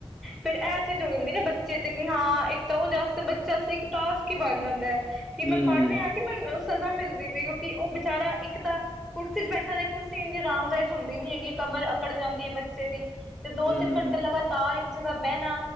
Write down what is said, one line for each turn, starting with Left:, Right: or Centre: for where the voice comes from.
Centre: ਫਿਰ ਇਹ ਚ। ਜਾਂਦੀ ਨਾ ਬੱਚੇ ਤੇ ਕਿ ਹਾਂ ਇੱਕ ਤਾਂ ਉਹਦੇ ਵਾਸਤੇ ਬੱਚਾ ਇੱਕ ਟਾਸਕ ਹੀ ਬਣ ਜਾਂਦਾ ਹੈ।
Left: ਹੂੰ
Centre: ਕਿ ਮੈਂ ਪੜ੍ਹ
Left: ਹੂੰ
Centre: ਰਿਹਾ ਕਿ ਮੈਨੂੰ ਸਜ਼ਾ ਮਿਲਦੀ ਪਈ ਕਿਉਂਕਿ ਉਹ ਵਿਚਾਰਾ ਇੱਕ ਤਾਂ। ਕੁਰਸੀ ਚ ਬੈਠਾ ਦੇ ਕੁਰਸੀ ਇੰਨੀ ਆਰਾਮਦਾਇਕ ਹੁੰਦੀ ਨੀ ਹੈਗੀ ਕਮਰ ਅਕੜ ਜਾਂਦੀ ਹੈ ਬੱਚੇ ਦੀ ਤੇ। ਦੋ
Left: ਹੂੰ
Centre: ਤਿੰਨ
Left: ਹੂੰ
Centre: ਘੰਟੇ ਲਗਾਤਾਰ ਇੱਕ ਜਗ੍ਹਾ ਬਹਿਣਾ।